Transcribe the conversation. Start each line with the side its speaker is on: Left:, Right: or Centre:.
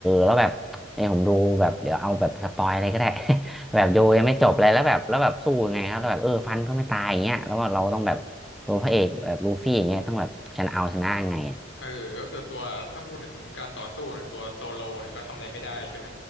Centre: แล้วแบบเนี่ยผมดูแบบเดี๋ยวเอาแบบสปอยอะไรก็ได้ <laughs>
Left: อืมอืม
Centre: แบบดูยังไม่จบเลยแล้วแบบแล้วแบบสู้ยังไงครับแล้วแบบเออฟันก็ไม่ตายอย่างเงี้ยแล้วเราต้องแบบตัวพระเอกแบบลูฟี่อย่างเงี้ยต้องแบบชนะเอาชนะยังไงอะ
Left: เออก็คือตัวถ้าพูดถึงการต่อสู้เนี่ยตัวโซโลเนี่ยก็ทำอะไรไม่ได้ใช่ไหม